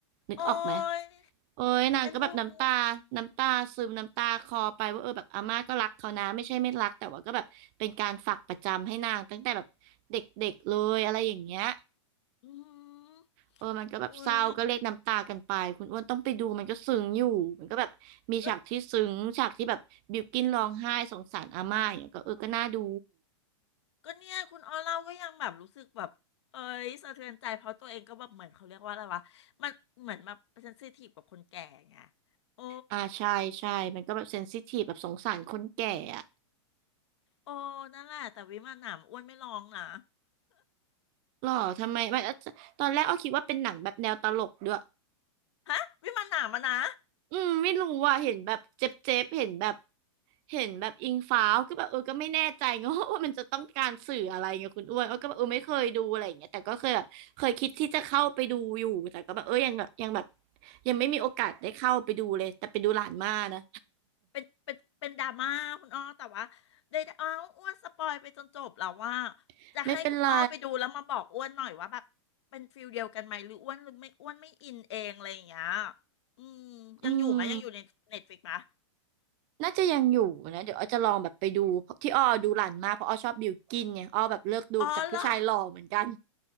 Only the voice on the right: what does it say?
นึกออกไหม
โอ้ยนางก็แบบน้ำตาน้ำตาซึมน้ำตาคลอไปว่าเออแบบอาม่าก็รักเขานะไม่ใช่ไม่รักแต่ว่าก็แบบเป็นการฝากประจำให้นางตั้งแต่แบบเด็กๆเลยอะไรอย่างเงี้ย
เออมันก็แบบเศร้าก็เรียกน้ำตากันไปคุณอ้วนต้องไปดูมันก็ซึ้งอยู่มันก็แบบมีฉากที่ซึ้งฉากที่แบบบิวกิ้นร้องไห้สงสารอาม่าอย่างเงี้ยก็เออก็น่าดู
อ่าใช่ใช่มันก็แบบเซนซิทีฟแบบสงสารคนแก่อะ
หรอทำไมมันตอนแรกอ้อคิดว่าเป็นหนังแบบแนวตลกด้วย
อืมไม่รู้อ่ะเห็นแบบเจ็บเจ็บเห็นแบบเห็นแบบอิงฟ้าวก็แบบเออก็ไม่แน่ใจไง <laughs> ว่ามันจะต้องการสื่ออะไรไงคุณอ้วนเออก็แบบเออไม่เคยดูอะไรอย่างเงี้ยแต่ก็เคยแบบเคยคิดที่จะเข้าไปดูอยู่แต่ก็แบบเออยังแบบยังแบบยังไม่มีโอกาสได้เข้าไปดูเลยแต่ไปดูหลานม่านะ
<laughs>
ไม่เป็นไร
อืมน่าจะยังอยู่นะเดี๋ยวอ้อจะลองแบบไปดูที่อ้อดูหลานมาเพราะอ้อชอบบิวกินเนี่ยอ้อแบบเลิกดูจากผู้ชายหล่อเหมือนกัน